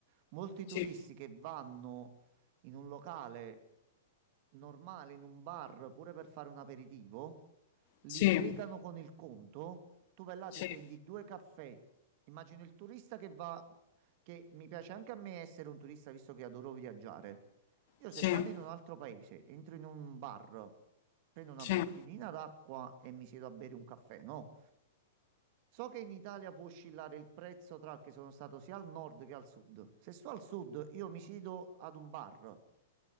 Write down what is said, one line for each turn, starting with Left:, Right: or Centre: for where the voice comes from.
Right: Molti turisti
Left: Sì,
Right: che vanno in un locale normale, in un bar, pure per fare un aperitivo, li
Left: sì,
Right: fregano con il conto. Tu vai là,
Left: sì,
Right: ti prendi due caffè. Immagino il turista che va, che mi piace anche a me essere un turista, visto che adoro viaggiare. Io
Left: sì,
Right: se vado in un altro paese, entro in un bar, prendo una
Left: sì,
Right: bottiglina d'acqua e mi siedo a bere un caffè, no? So che in Italia può oscillare il prezzo tra che sono stato sia al nord che al sud. Se sto al sud, io mi siedo ad un bar,